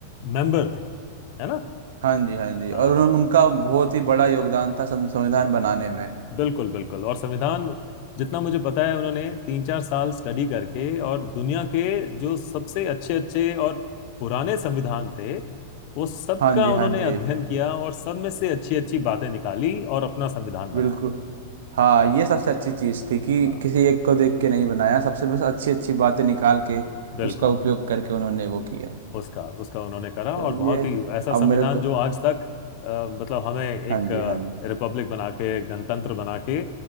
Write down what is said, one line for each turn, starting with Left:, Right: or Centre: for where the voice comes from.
Left: मेंबर थे है ना
Right: हाँ जी हाँ जी
Left: हाँ
Right: और उन, उनका बहुत ही बड़ा योगदान था सं- संविधान बनाने में
Left: बिल्कुल बिल्कुल और संविधान जितना मुझे पता है उन्होंने तीन चार साल स्टडी करके और दुनिया के जो सबसे अच्छे अच्छे और पुराने संविधान थे वो सबका
Right: हाँ जी
Left: उन्होंने
Right: हाँ जी
Left: अध्ययन किया और सब में से अच्छी अच्छी बातें निकाली और अपना संविधान बनाया
Right: बिल्कुल हाँ ये सबसे अच्छी चीज़ थी कि
Left: हाँ
Right: किसी एक को देख के नहीं बनाया सबसे बस अच्छी अच्छी बातें निकाल के
Left: बिल्कुल
Right: उसका उपयोग करके उन्होंने वो किया
Left: उसका उसका उन्होंने करा
Right: चलिए
Left: और बहुत ही ऐसा संविधान
Right: अब मेरे को
Left: जो आज तक अ, मतलब हमें एक
Right: हाँ जी हाँ
Left: रिपब्लिक बना के गणतंत्र बना के